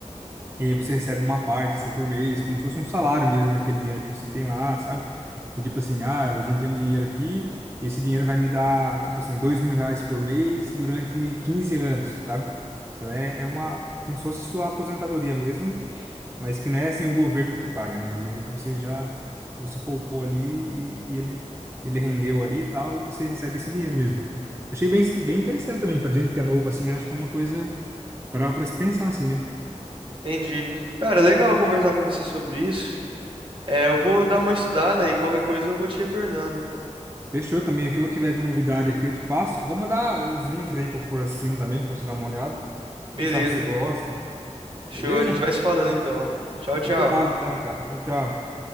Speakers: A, on the right; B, on the right.
A: e aí você recebe uma parte, assim, por mês, como se fosse um salário mesmo daquele dinheiro que você tem lá, sabe? Então, tipo assim, ah, eu juntei um dinheiro aqui, e esse dinheiro vai me dar, tipo assim, dois mil reais por mês durante 15 anos, sabe? Então é, é uma, como se fosse sua aposentadoria mesmo, mas que não é assim o governo que te paga, né? É um dinheiro que você já, que você poupou ali e, e ele, ele rendeu ali e tal, e você recebe esse dinheiro mesmo. Achei bem, bem interessante também, pra gente que é novo, assim, acho que é uma coisa para para se pensar, assim, né?
B: Entendi. Cara, legal conversar com você sobre isso. É, eu vou dar uma estudada e qualquer coisa eu vou te retornando.
A: Fechou também. O que eu tiver de novidade aqui, eu te passo. Eu vou mandar os links aí que eu for assistindo também, pra você dar uma olhada.
B: Beleza.
A: Quem sabe você gosta.
B: Show,
A: Beleza?
B: a gente vai se falando então. Tchau, tchau.
A: Combinado então, cara. Tchau, tchau.